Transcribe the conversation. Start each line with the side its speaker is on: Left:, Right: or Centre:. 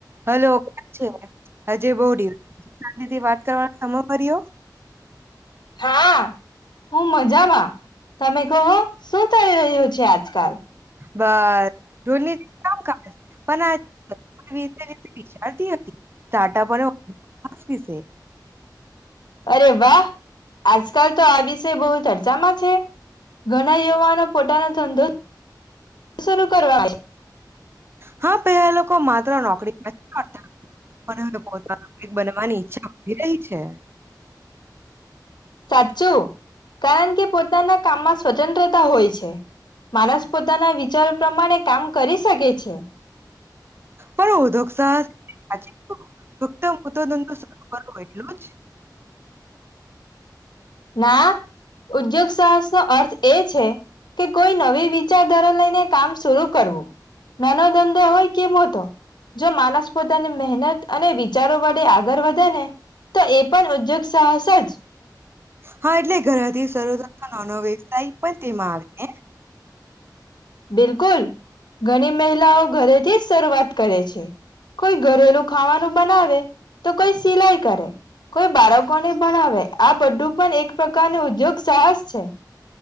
Right: હલો કેમ છે હજય બ બહુ દિ થી વાત કરવાનો સમય મળ્યો.
Left: હા હું મજામાં. તમે કહો શું થઈ રહ્યું છે આજકાલ. <inaudible>
Right: બસ રોજની કામકાજ પણ આજ વિશે વિશે વિચારતી હતી સ્ટાર્ટઅપ અને ઉદ્યોગ વિશે
Left: અરે વાહ! આજકાલ તો આ વિષે બહુ ચર્ચામાં છે! ઘણા યુવાનો પોતાના <unintelligible> શરૂ કરવા
Right: હા, પેલા લોકો માત્ર નોકરી કરતા હતા, પણ હવે પોતાનો કંઈક બનવાની ઈચ્છા વધી રહી છે.
Left: સાચું કારણ કે પોતાના કામમાં સ્વતંત્ર તા હોય છે. માણસ પોતાના વિચારો પ્રમાણે કામ કરી સકે છે.
Right: પણ ઉધોગ સાહસ સાચી કહું તો ફક્ત મોટો ધંધો શરૂ કરવો એટલું જ?
Left: ના, ઉદ્યોગસાહસનો અર્થ એ છે કે કોઈ નવી વિચારધારા લઈને કામ શુરૂ કરવું. નાનો ધંધો હોય કે મોટો જો માનસ પોતાની મહેનત અને વિચારો વડે આગળ વધે ને તો એ પણ ઉદ્યોગ સાહસ જ
Right: હા એટલે ઘરેથી શરૂ થતો નાનો વ્યવસાય પણ તેમાં આવે ને!
Left: બિલકુલ ઘણી મહિલાઓ ઘ તે જ શરૂઆત કરે છે. કોઈ ઘરેલું ખાવાનું બનાવે, તો કોઈ સિલાઈ કરે, કોઈ બાળકોને ભણાવે, આ બધું પણ એક પ્રકાર નું ઉદ્યોગ સાહસ છે.